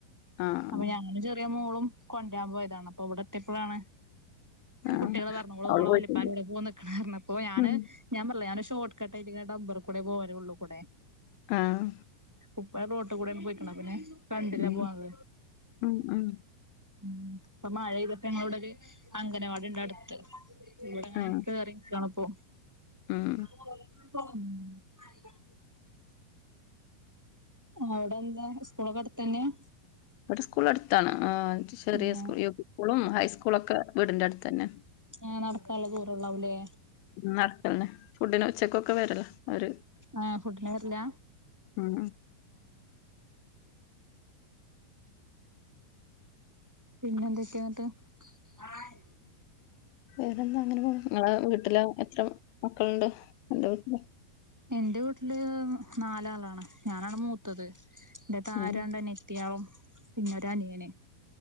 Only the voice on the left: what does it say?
ആഹ്
ആഹ്
ആഹ്
അവള്
പോയിട്ടുണ്ട്
ഉം
ആഹ്
ഉം
ഉം ഉം
ആഹ്
ഉം
ഇവിടെ സ്കൂള് അടുത്താണ് അ ചെറിയ
സ്കൂളു യു പി സ്കൂളും ഹൈസ്കൂളൊക്കെ വീടിന്റെ അടുത്ത് തന്നെ.
നടക്കലേ ഫുഡിന് ഉച്ചക്കൊക്കെ വരല്ല അവര്
ആഹ്
വേറെന്താ അങ്ങനെ പോണ്. നിങ്ങളെ വീട്ടില് എത്ര മക്കളുണ്ട്. അന്റെ വീട്ടില്.
ഉം